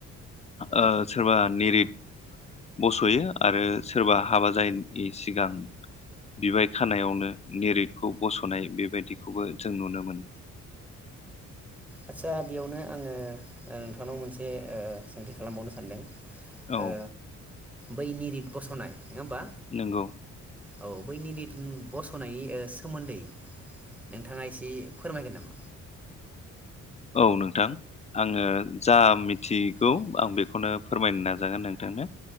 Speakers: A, on the left; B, in the centre.
A: अ सोरबा निरिद बस'यो आरो सोरबा हाबा जायनि सिगां बिबाय खानायावनो निरिदखौ बस'नाय बेबायदिखौबो जों नुनो मोनो।
B: आतसा बेयावनो आङो नोंथांनाव ओ मोनसे सोंथि खालामबावनो सानदों?
A: औ
B: ओ बै नि रित बस'नाय नङा होमबा
A: नंगौ
B: औ बैनि निरिद बस'नायनि सोमोन्दै नोंथाङा एसे फोरमायगोन नामा?
A: औ नोंथां आङो जा मिथिगौ
B: जा मिथिगौ
A: आं बेखौ बेखौनो फोरमायनो नाजागोन नोंथांनो